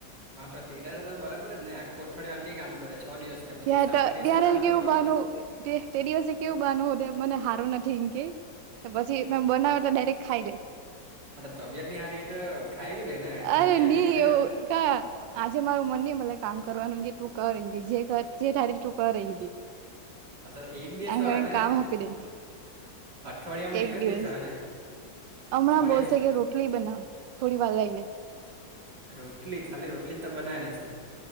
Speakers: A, on the right; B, on the right.
A: હા તો તે દાડે તો બરાબર જ ને આખો અઠવાડિયો આંટી કામ કરે છ દિવસ ને પછી
B: ત્યા
A: સાતમા
B: તો
A: દિવસે
B: ત્યારે
A: કામ
B: કેવું
A: કરવાનો
B: બાનુ
A: ને
B: તે તે દિવસે કેવું બાનું હોધે મને હારું નથી એમ કે. તો પછી મે બનાવે તો ડાયરેક્ટ ખાઈ લે.
A: તબિયત ની હારી એટો ખાઈ બી લઈ ને તને
B: અરે
A: બી આંટી
B: ની
A: બનેને
B: એવું કા આજે મારું મન નઈ મલે કામ કરવાનું તું કર જે કર જે ઠાય ટુ કર એકી
A: હા તો એક દિવસ
B: આ ઘરે
A: આવે ને
B: કામ હોપી દે
A: અઠવાડિયામાં
B: એક
A: જ
B: દિવસ
A: આવે ને
B: હમણાં
A: છ દિવસ
B: બોલશે કે રોટલી બનાવ થોડી વાર લઈને
A: રોટલી ખાલી રોટલી ત બના ની છે.